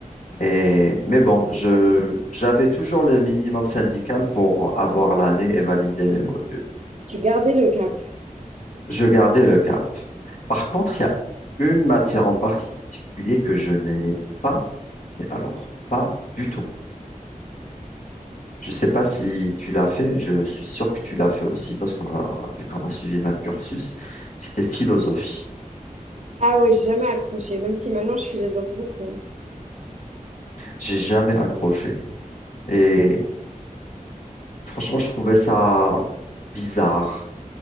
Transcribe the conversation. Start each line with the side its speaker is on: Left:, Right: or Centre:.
Left: Et, mais bon, je, j'avais toujours le minimum syndical pour avoir l'année et valider mes modules.
Right: Tu gardais le cap.
Left: Je gardais le cap. Par contre, il y a une matière en particulier que je n'aimais pas, mais alors pas du tout. Je sais pas si tu l'as fait, je suis sûr que tu l'as fait aussi parce qu'on a, vu qu'on a suivi le même cursus, c'était philosophie.
Right: Ah ouais, j'ai jamais accroché, même si maintenant je philosophe beaucoup.
Left: J'ai jamais accroché. Et franchement, je trouvais ça bizarre,